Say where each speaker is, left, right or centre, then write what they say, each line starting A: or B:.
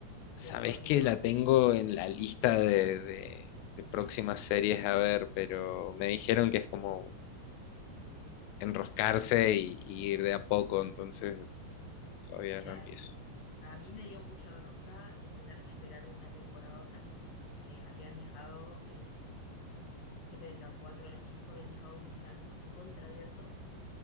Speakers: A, on the left; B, on the left.
A: de
B: Sabés
A: corrido.
B: que la tengo en la lista de, de- de próximas series a ver, pero me dijeron que es como enroscarse y, y ir de a poco, entonces todavía
A: Mira,
B: no empiezo.
A: a mí me dio mucha bronca el tener que esperar de una temporada a otra, porque habían dejado, eh, creo que de la 4 a la 5 habían dejado un final recontraabierto